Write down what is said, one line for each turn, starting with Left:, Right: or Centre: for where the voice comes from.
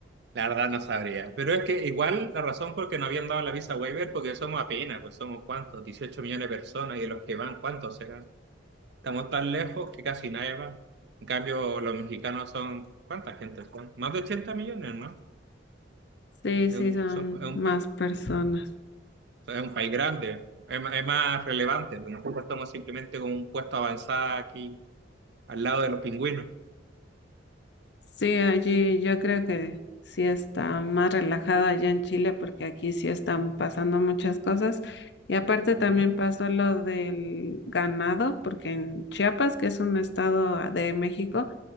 Right: la verdad no sabría. Pero es que igual la razón por que no habían dado la visa waiver, porque somos apenas, pues somos cuántos, 18 millones de personas y de los que van, ¿cuántos serán? Estamos tan lejos que casi nadie va. En cambio, los mexicanos son, ¿cuánta gente son? Más de 80 millones, ¿no?
Left: Sí, sí,
Right: Es un,
Left: son
Right: son- es un-
Left: más personas.
Right: sea, es un país grande, es, ma- es más relevante. pero Nosotros estamos simplemente con un puesto avanzado aquí, al lado de los pingüinos.
Left: Sí, allí yo creo que sí está más relajado allá en Chile porque aquí sí están pasando muchas cosas. Y aparte también
Right: Ujú,
Left: pasó lo del ganado, porque en Chiapas, que es un estado ah, de México,